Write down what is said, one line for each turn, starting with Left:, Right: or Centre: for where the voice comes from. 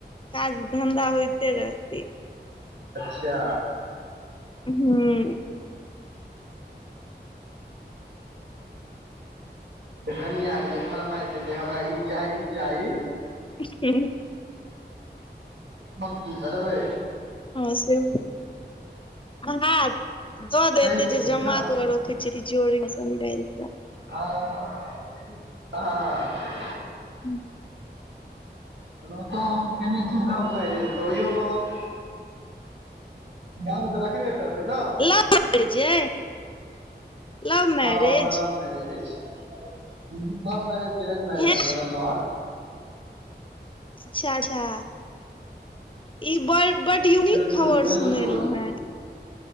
Left: काज धन्धा होइते रहतय।
Right: अच्छा।
Left: हूँ।
Right: कनिया के जे फरमाइश एतैय हमरा ई चाही ई चाही।
Left: अे <unintelligible>
Right: हम की करबै?
Left: हँ से हो <unintelligible> दऽ दे
Right: सही
Left: एते
Right: कहै
Left: जे जमा
Right: छी ने
Left: करो <unintelligible>
Right: हँ हँ, बिल्कुल, हँ।
Left: ह्म्म।
Right: ओनाहीतो हम केने छि लव मैरेज तऽ ओहोये मे हम ध्यान तऽ राखबे करबै ना।
Left: कऽ लव मैरेज अइ लव मैरेज
Right: हँ हमर लव मैरेज अछि। लव मैरेज के अरेंज मैरेज
Left: हैं
Right: मे बदलौ हन।
Left: अच्छा अच्छा ई बड यूनिक
Right: बिलकुल
Left: खबर
Right: बिलकुल।
Left: सुनेलहुँ हेँ